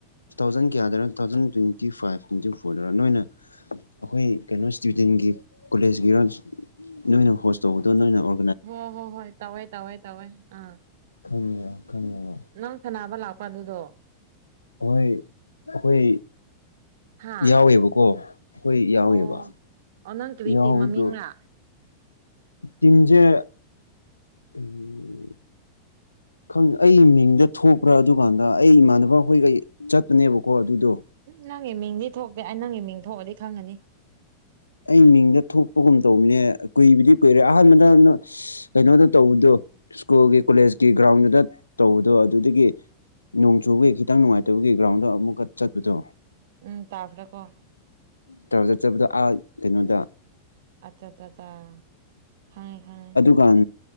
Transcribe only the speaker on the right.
ꯍꯣ ꯍꯣ ꯍꯣꯏ ꯇꯋꯦ ꯇꯋꯦ ꯇꯋꯦ ꯑꯥ
ꯅꯪ ꯁꯥꯟꯅꯕ ꯂꯥꯛꯄ ꯑꯗꯨꯗꯣ
ꯍꯥꯥ
ꯑꯣ ꯑꯣ ꯅꯪ ꯀꯔꯤ
ꯇꯤꯝ ꯃꯃꯤꯡꯂꯥ
ꯎꯝ ꯅꯪꯒꯤ ꯃꯤꯡꯗꯤ ꯊꯣꯛꯇꯦ ꯑꯩ ꯅꯪꯒꯤ ꯃꯤꯡ ꯊꯣꯛꯑꯗꯤ ꯈꯪꯒꯅꯤ
ꯎꯝ ꯇꯥꯈꯔꯦꯀꯣ
ꯑꯠꯆꯥ ꯆꯥ ꯆꯥ ꯈꯪꯉꯦ ꯈꯪꯉꯦ